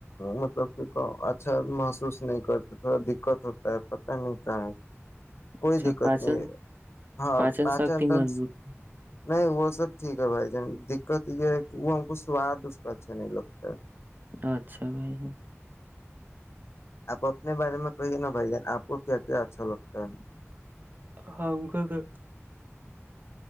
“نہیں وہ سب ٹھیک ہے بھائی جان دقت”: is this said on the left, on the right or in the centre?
Left